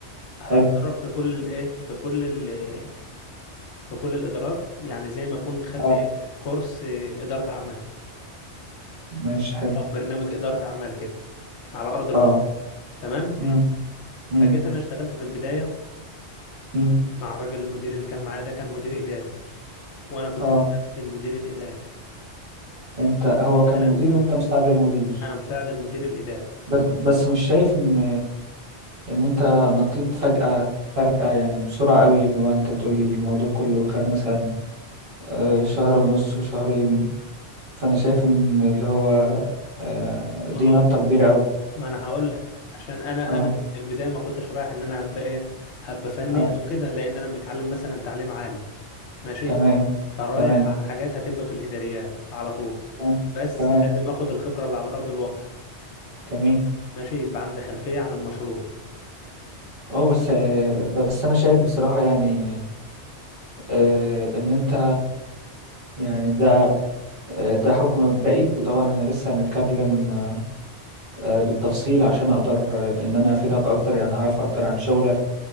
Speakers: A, on the left; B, on the right.
A: هتدرب
B: حلو
A: في كل الإيه في كل ال في كل الإدارات يعني زي ما أكون خدت
B: اه
A: إيه؟ كورس آه، إدارة أعمال
B: ماشي حلو
A: أو برنامج إدارة أعمال كده على أرض الواقع
B: اه
A: تمام
B: امم امم
A: فجيت أنا اشتغلت في البداية
B: امم
A: مع الراجل المدير اللي كان معايا ده كان مدير إداري وأنا كنت
B: اه
A: مساعد المدير الإداري
B: انت هو
A: حلو الكلام
B: كان مدير وانت مساعد المدير
A: أنا مساعد المدير الإداري
B: بس بس مش شايف ان ان انت نطيت فجأة فجأة يعني بسرعة قوي اللي هو انت بتقول لي الموضوع كله خد مثلا آه، شهر ونص وشهرين فانا شايف ان اللي هو آه،
A: ما
B: دي
A: هو
B: نطة كبيرة قوي
A: ما انا هقول لك عشان انا
B: اه
A: انا من البدايه ما كنتش رايح ان انا هبقى ايه هبقى فني
B: اه
A: او كده لان انا متعلم مثلا تعليم عالي ماشي
B: تمام
A: فرايح
B: تمام
A: على حاجات هتبقى في الاداريات على طول
B: تمام
A: بس
B: تمام
A: لازم اخد الخبره اللي على ارض الواقع
B: جميل
A: ماشي يبقى عندي خلفيه عن المشروع
B: اه بس بس انا شايف بصراحة يعني آه، ان انت يعني ده آه، ده حكم مبدئي وطبعا احنا لسه هنتكلم آه، آه، بالتفصيل عشان اقدر آه، ان انا افيدك اكتر يعني هعرف اكتر عن شغلك